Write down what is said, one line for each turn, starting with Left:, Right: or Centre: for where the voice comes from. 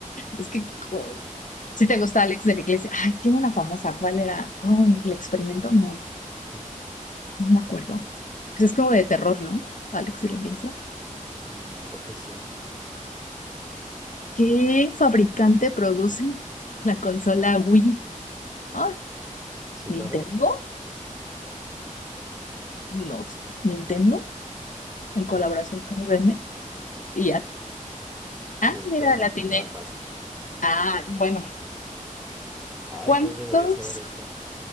Left: Es que, co- si te gusta Alex de la Iglesia. Ay, tiene una famosa. ¿Cuál era? Ay, el experimento. No,
Centre: <laughs>
Left: no me acuerdo. Pues es como de terror, ¿no? Alex de la Iglesia.
Centre: Mm, creo que sí.
Left: ¿Qué fabricante produce la consola Wii? Ay,
Centre: ¿Sí
Left: ¿Nintendo?
Centre: sabes?
Left: No, sé. ¿Nintendo? en colaboración
Centre: Mm,
Left: con IBM. Y ya,
Centre: sí,
Left: ah,
Centre: estará,
Left: mira,
Centre: mo-
Left: la atiné.
Centre: estará fácil.
Left: Ah, bueno,
Centre: Ay,
Left: ¿cuántos?
Centre: yo debería saber esta.